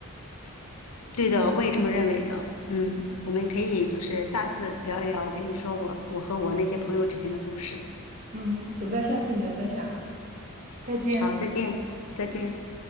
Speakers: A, on the left (about 80°); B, on the right (about 35°).
A: 对的，我也这么认为的。嗯，我们可以就是下次聊一聊，我跟你说我我和我那些朋友之间的故事。
B: 嗯，等待下次你的分享，再见。
A: 好，再见，再见。